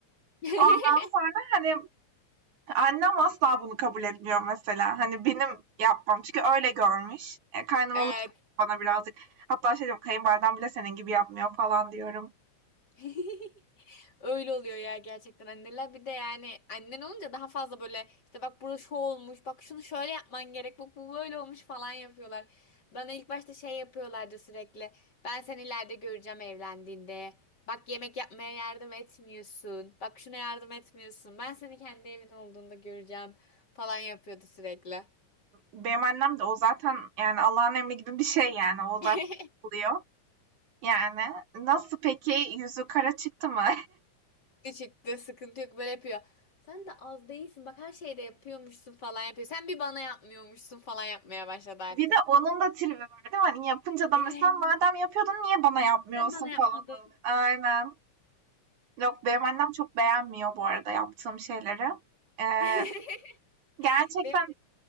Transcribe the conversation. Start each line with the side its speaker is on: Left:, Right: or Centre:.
Left: <laughs>
Right: Ondan sonra hani annem asla bunu kabul etmiyor mesela. Hani benim yapmam. Çünkü öyle görmüş. E, kaynanalık
Left: Evet.
Right: bana birazcık. Hatta şey diyorum kayınvaliden bile senin gibi yapmıyor falan diyorum.
Left: <laughs> Öyle oluyor ya gerçekten anneler bir de yani annen olunca daha fazla böyle işte bak burası şu olmuş bak şunu şöyle yapman gerek bak bu böyle olmuş falan yapıyorlar. Bana ilk başta şey yapıyorlardı sürekli ben seni ileride göreceğim evlendiğinde bak yemek yapmaya yardım etmiyorsun bak şuna yardım etmiyorsun ben seni kendi evin olduğunda göreceğim falan yapıyordu sürekli.
Right: Benim annem de o zaten yani Allah'ın emri gibi bir şey yani. O
Left: <laughs>
Right: zaten oluyor. Yani nasıl peki yüzü kara çıktı mı?
Left: Küçüktü sıkıntı yok böyle yapıyor. Sen de az değilsin bak her şeyde yapıyormuşsun falan yapıyor. Sen bir bana yapmıyormuşsun falan yapmaya başladı artık.
Right: <laughs> Bir de onun da tribi var değil mi? Hani yapınca da
Left: evet
Right: mesela madem yapıyordun niye bana yapmıyorsun
Left: Sen bana yapmadın.
Right: falan. Aynen. Yok benim annem çok beğenmiyor bu arada yaptığım şeyleri. Ee,
Left: <laughs>
Right: Gerçekten
Left: Benim,